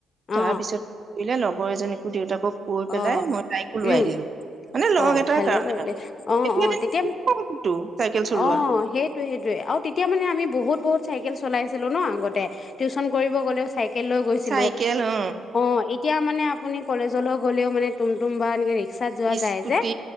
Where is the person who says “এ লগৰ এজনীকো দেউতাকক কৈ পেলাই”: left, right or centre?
Right